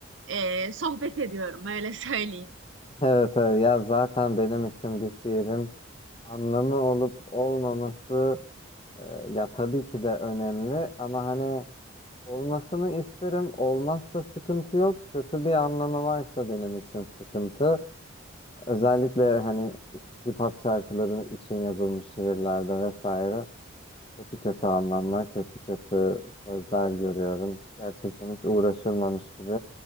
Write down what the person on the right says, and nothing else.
e, sohbet ediyorum öyle söyleyeyim.